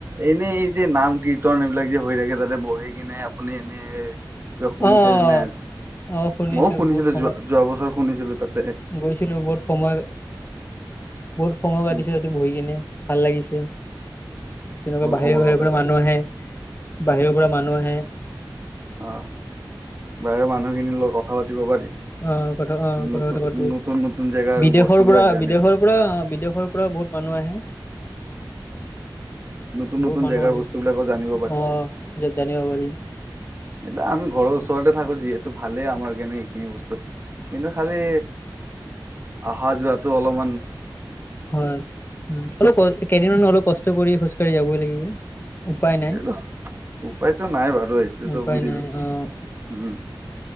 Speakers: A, on the right (about 30°); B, on the left (about 30°).
A: এনেই এই যে নাম -কীৰ্তন এইবিলাক যে হৈ থাকে তাতে বহি কিনে আপুনি এনে, - কিবা শুনিছেনে
B: অ',
A: নাই,
B: অ', শুনিছো
A: মইয়ো শুনিছিলো
B: বহুত সময়
A: যোৱা- -যোৱা বছৰ। শুনিছিলো তাত,
B: গৈছিলো বহুত সময়, বহুত সময় কাটিছিলো
A: উম
B: বহি কিনে। ভাল লাগিছে। তেনেকুৱা
A: বহুত
B: বাহিৰৰ-
A: সময়
B: বাহিৰৰ
A: কটাইছে
B: পৰা মানুহ আহে, বাহিৰৰ পৰা মানুহ আহে।
A: অহ ', বাহিৰৰ মানুহখিনিৰ লগত কথা পাতিব পাৰি।
B: অ কথা, অ
A: নতুন
B: কথা কথা কো
A: নতুন নতুন জেগাৰ
B: বিদেশৰ
A: বস্তুবিলাক
B: পৰা,
A: জানিব
B: বিদেশৰ পৰা বিদেশৰ পৰা বহুত মানুহ আহে।
A: নতুন
B: বহুত
A: নতুন
B: মানুহ
A: জেগাৰ
B: আহে,
A: বস্তুবিলাকো জানিব পাৰি
B: অহ যত জানিব পাৰি।
A: সেইটোয়া আমি ঘৰৰ ওচৰতে থাকো যিহেতু ভালেই আমাৰ কাৰণে এইখিনি বস্তু কিন্তু খালি অহা যোৱাতটো অলপমান
B: হয় উ অলপ ক কেইদিনমান অলপ কষ্ট কৰি খোজ কঢ়ি যাবই লাগিব। উপায় নাই
A: সেইটো উপায়তো নাই বাৰু সেইটোতো
B: উপায়
A: বুজিলো
B: নাই অ',
A: উম,